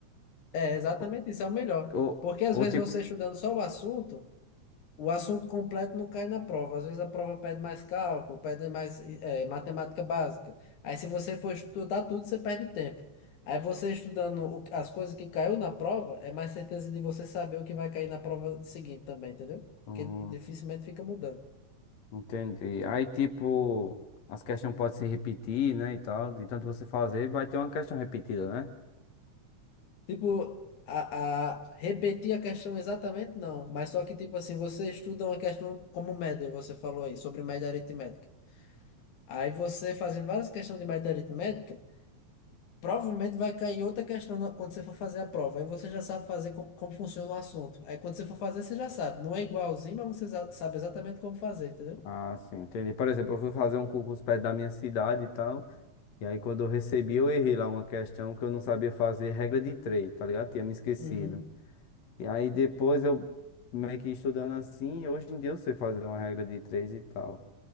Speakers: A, on the left; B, on the left.
A: É, exatamente
B: Ou,
A: isso, é o melhor.
B: ou
A: Porque às
B: ou,
A: vezes
B: tipo,
A: você estudando só o assunto. O assunto completo não cai na prova. Às vezes a prova pede mais cálculo, pede mais eh, matemática básica. Aí se você for estudar tudo, você perde tempo. Aí você estudando o- as coisas que caiu na prova, é mais certeza de você saber o que vai cair na prova seguinte também, entendeu?
B: hum,
A: Porque dificilmente fica mudando.
B: entendi. Aí, tipo, as questões podem se repetir, né, e tal. De tanto você fazer, vai ter uma questão repetida, né?
A: Tipo, a, a- repetir a questão exatamente não, mas só que tipo assim, você estuda uma questão como média, você falou aí, sobre média aritmética. Aí você fazendo várias questões de média aritmética, Provavelmente vai cair outra questão na- quando você for fazer a prova. Aí você já sabe fazer como, como funciona o assunto. Aí quando você for fazer, você já sabe. Não é igualzinho, mas você za- sabe exatamente como fazer, entendeu?
B: Ah, sim, entendi. Por exemplo, eu fui fazer um concurso perto da minha cidade e tal. E aí, quando eu recebi, eu errei lá uma questão que eu não sabia fazer, regra de três, tá ligado? Tinha me esquecido.
A: Uhum.
B: E aí, depois eu meio que estudando assim, hoje em dia eu sei fazer uma regra de três e tal.